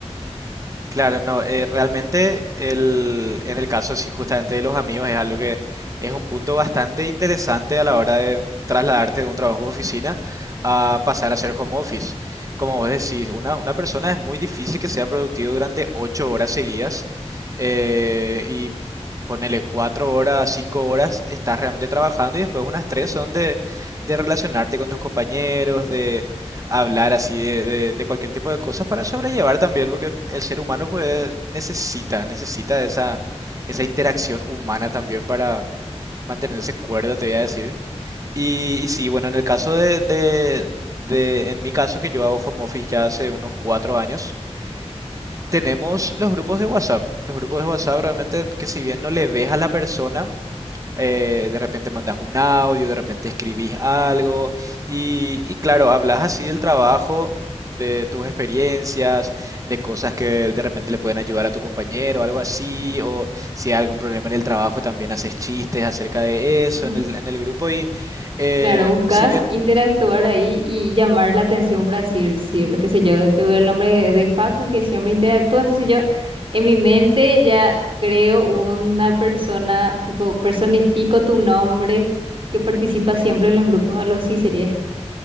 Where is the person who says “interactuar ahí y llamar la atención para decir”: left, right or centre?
Right